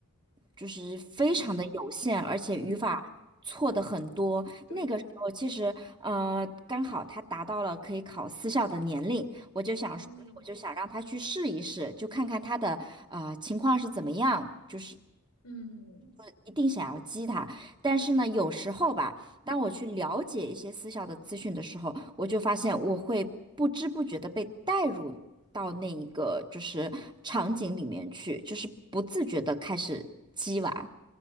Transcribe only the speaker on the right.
就是非常的有限，
而且语法错的很多。
那个时候其实呃刚好她达到了可以考私校的年龄。我就想说，
那我就想让他去试一试，就看看他的呃情况是怎么样，就是
不一定想要激他。但是呢，有时候吧，当我去了解一些私校的资讯的时候，我就发现我会不知不觉的被带入到那一个就是场景里面去，就是不自觉的开始激娃，